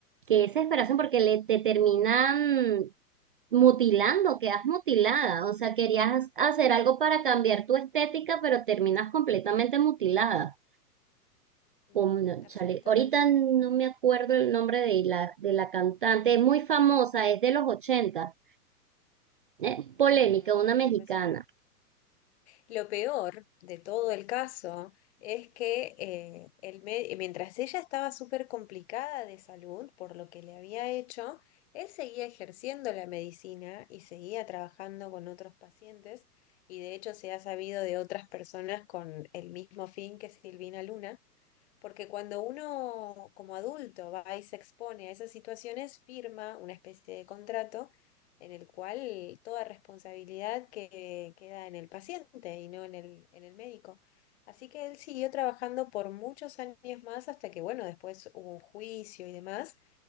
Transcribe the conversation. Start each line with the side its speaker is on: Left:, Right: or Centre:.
Right: que desesperación porque le, te terminan mutilando, quedas mutilada. O sea, querías hacer
Left: Sí.
Right: algo para cambiar tu estética, pero terminas completamente mutilada.
Left: Ujú,
Right: Con-
Left: Absolutamente.
Right: chale, ahorita no me acuerdo el nombre de la, de la cantante, es muy famosa, es de los 80, ¿eh?
Left: Ujú.
Right: Polémica,
Left: No, la verdad
Right: una mexicana.
Left: que no me suena. Lo peor de todo el caso es que eh, el me- mientras ella estaba súper complicada de salud por lo que le había hecho, él seguía ejerciendo la medicina y seguía trabajando con otros pacientes y de hecho se ha sabido de otras personas con el mismo fin que Silvina Luna. Porque cuando uno como adulto va y se expone a esas situaciones, firma una especie de contrato en el cual toda responsabilidad que queda en el paciente y no en el, en el médico. Así que él siguió trabajando por muchos años más hasta que, bueno, después hubo un juicio y demás,